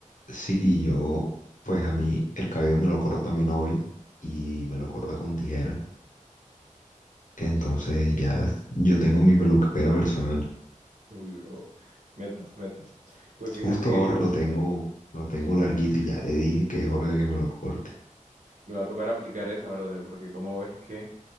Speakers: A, on the left; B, on the right.
A: Sí, yo, pues a mí el cabello me lo corta mi novia y me lo corta con tijera. Entonces ya yo tengo mi peluquera personal.
B: Uy, bro, metas, metas. Pues fíjate
A: Justo
B: que
A: ahora
B: yo
A: lo tengo, lo tengo larguito y ya le dije que es hora de que me lo corte.
B: me va a tocar aplicar esa, brother, porque como ves que,